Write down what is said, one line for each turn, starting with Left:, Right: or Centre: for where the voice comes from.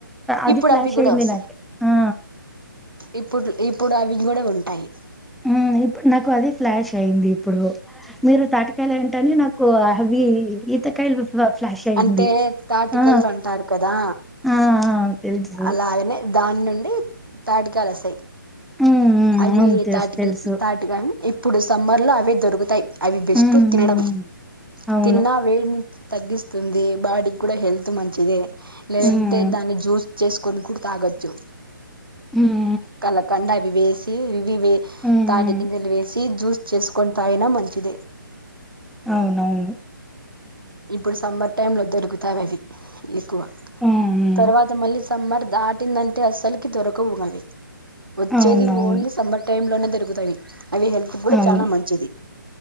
Centre: అది
Right: ఇప్పుడు
Centre: ఫ్లాష్
Right: అవి కూడా
Centre: అయింది
Right: వస్తాయి
Centre: నాకే ఆ
Right: ఇప్పుడు ఇప్పుడు అవి కూడా ఉంటాయి
Centre: ఆ ఇప్పు నాకు అది ఫ్లాష్ అయింది ఇప్పుడు మీరు తటి హలంంట అని నాకు హవి ఈత కల్ అ ఫ్లాష్ అయింది
Right: అంటే తాటికల్లు
Centre: ఆ
Right: అంటారు కదా
Centre: ఆ తెలుసు
Right: అలాగనే దాని నుండి తాటికాలు వసాయి
Centre: హ్మ్ హ్మ్
Right: అవి
Centre: అవును తెలుసు
Right: తాటి
Centre: తెలుసు
Right: తాటిగా ఇప్పుడు సమ్మర్ లో అవి దొరుకుతాయి అవి బెస్ట్
Centre: హ్మ్
Right: తినడం
Centre: హ్మ్ అవును
Right: తిన్నా వేడిని తగ్గిస్తుంది బాడీ కూడా హెల్త్ మంచిదే లేదంటే
Centre: హ్మ్
Right: దాన్ని జ్యూస్ చేసుకొని కూడా తాగొచ్చు
Centre: హ్మ్
Right: కలకంండ అవి వేసి ఇవి వే
Centre: హ్మ్
Right: తాటి
Centre: హ్మ్
Right: గింజలు వేసి జూస్ చేస్కొ తాయిిన మంచిదే
Centre: అవునవును
Right: ఇప్పుడు సమ్మర్ టైమ్ లో దొరుకుతాయి అవి ఎక్కువ
Centre: హ్మ్ హ్మ్
Right: తర్వాత మళ్ళీ సమ్మర్ దాటిందంటే అసలుకి దొరకవుంగవి వచ్చేది
Centre: అవునవును
Right: ఓన్లీ సమ్మర్ టైమ్ లోనే దరుగుతాయి అవి హెల్త్ కూడా
Centre: అవును
Right: చాలా మంచిది